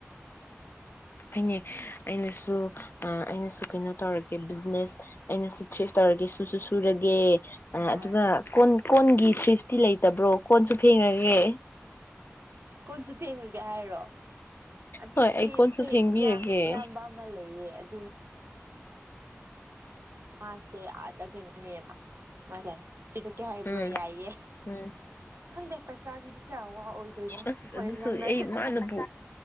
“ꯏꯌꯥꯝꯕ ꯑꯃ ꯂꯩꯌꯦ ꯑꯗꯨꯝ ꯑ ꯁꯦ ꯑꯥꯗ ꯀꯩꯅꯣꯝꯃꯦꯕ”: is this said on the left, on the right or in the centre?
Right